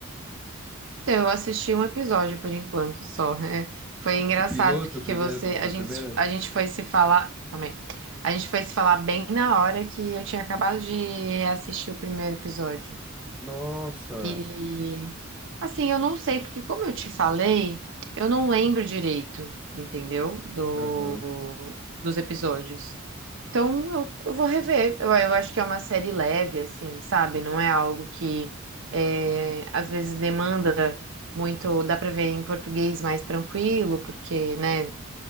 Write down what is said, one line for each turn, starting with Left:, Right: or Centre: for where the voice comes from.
Right: Então, eu assisti um episódio por enquanto só. <laughs> É, Foi engraçado
Centre: O piloto,
Right: porque
Centre: o primeiro
Right: você,
Centre: do, da
Right: a gente,
Centre: primeira?
Right: a gente foi se falar, calma aí. A gente foi se falar bem na hora que eu tinha acabado de assistir o primeiro episódio.
Centre: Nossa!
Right: E assim, eu não sei, porque como eu te falei, eu não lembro direito, entendeu? Do,
Centre: Aham.
Right: dos episódios. Então eu, eu vou rever. Eu, eu acho que é uma série leve, assim, sabe? Não é algo que é, às vezes demanda muito. Dá pra ver em português mais tranquilo, porque, né?